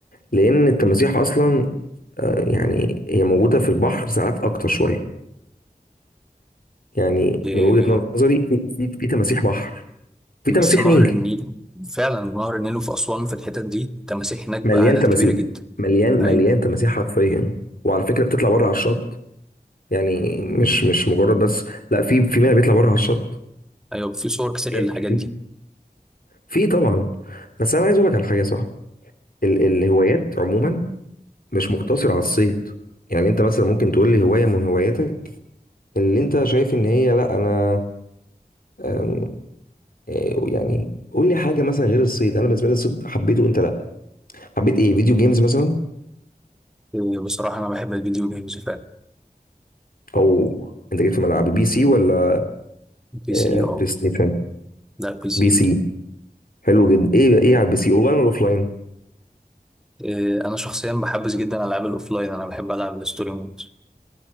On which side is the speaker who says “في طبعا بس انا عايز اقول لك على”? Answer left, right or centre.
Left